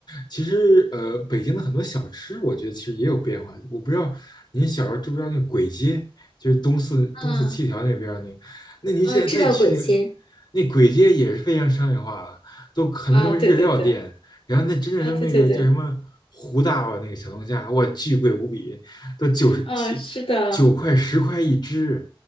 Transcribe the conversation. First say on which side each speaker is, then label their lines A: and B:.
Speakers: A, on the left; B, on the left.
A: 其实呃，北京的很多小吃，我觉得其实也有变化。我不知道您小时候知不知道那个簋街，就是东四东四七条那边儿那个，
B: 嗯
A: 那您现在再去那个
B: 啊，知道鬼街。
A: 那鬼街也是非常商业化了，都很多什么日料店。
B: 啊，对对对，
A: 然后那真正什么那个叫什么胡大吧，
B: 啊，对对对，
A: 那个小龙虾，哇，巨贵无比，都九十九
B: 啊，是的。
A: 九块十块一只。